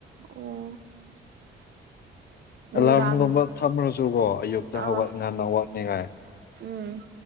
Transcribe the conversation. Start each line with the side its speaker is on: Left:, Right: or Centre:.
Right: ꯑꯣ
Left: ꯑꯦꯂꯥꯔꯝꯒꯨꯝꯕ
Right: ꯅꯨꯡꯗꯥꯡ
Left: ꯊꯝꯃꯨꯔꯁꯨꯕꯣ ꯑꯌꯨꯛꯇ
Right: ꯑꯥ
Left: ꯍꯧꯒꯠꯅꯤꯡꯉꯥꯟꯅ ꯋꯥꯠꯅꯤꯡꯉꯥꯏ
Right: ꯎꯝ